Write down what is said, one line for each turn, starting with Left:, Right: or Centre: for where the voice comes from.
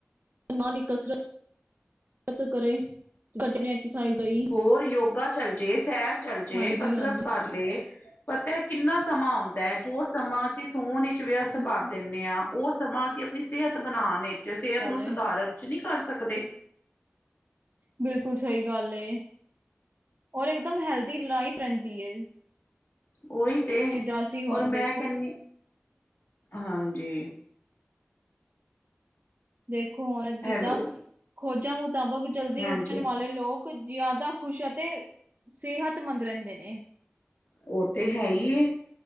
Right: ਨਾਲ ਹੀ ਕਸਰਤ ਕਰੇ ਸਾਡੇ ਨੇ <unintelligible>
Left: ਹੋਰ ਯੋਗਾ ਚੱਲ ਜੇ, ਸੈਰ ਚੱਲ ਜੇ,
Right: ਹਾਂਜੀ
Left: ਕਸਰਤ
Right: ਹਾਂਜੀ
Left: ਕਰ ਲੇ। ਪਤਾ ਹੈ ਕਿੰਨਾ ਸਮਾਂ ਹੁੰਦਾ ਹੈ ਜੋ ਸਮਾਂ ਅਸੀਂ ਸੋਣ ਵਿੱਚ ਵਿਅਰਥ
Right: ਸਹੀ
Left: ਕਰ ਦਿੰਦੇ ਹਾਂ ਉਹ ਸਮਾਂ ਅਸੀਂ ਸਿਹਤ ਬਣਾਉਣ ਵਿੱਚ, ਸਿਹਤ
Right: ਗੱਲ
Left: ਨੂੰ ਸੁਧਾਰਨ
Right: ਹੈ
Left: ਚ ਨਹੀਂ ਕਰ ਸਕਦੇ
Right: ਬਿਲਕੁਲ ਸਹੀ ਗੱਲ ਐ ਔਰ ਇਕ ਦਮ ਹੈਲਦੀ ਲਾਈਫ ਰਹਿੰਦੀ ਹੈ।
Left: ਓਹੀ ਤੇ
Right: ਜਿੱਦਾਂ ਅਸੀਂ ਹੁਣ
Left: ਔਰ ਮੈਂ
Right: ਦੇਖੋ
Left: ਕਹਿਨੀ ਹਾਂਜੀ।
Right: ਦੇਖੋ ਔਰਤ
Left: ਹੈਲੋ
Right: ਜਿੱਦਾਂ ਖੋਜਾਂ ਮੁਤਾਬਕ ਜਲਦੀ
Left: ਹਾਂਜੀ
Right: ਉੱਠਣ ਵਾਲੇ ਲੋਕ ਲੋਕ ਜ਼ਿਆਦਾ ਖੁਸ਼ ਤੇ ਸਿਹਤਮੰਦ ਰਹਿੰਦੇ ਨੇ
Left: ਉਹ ਤੇ ਹੈ ਹੀ ਏ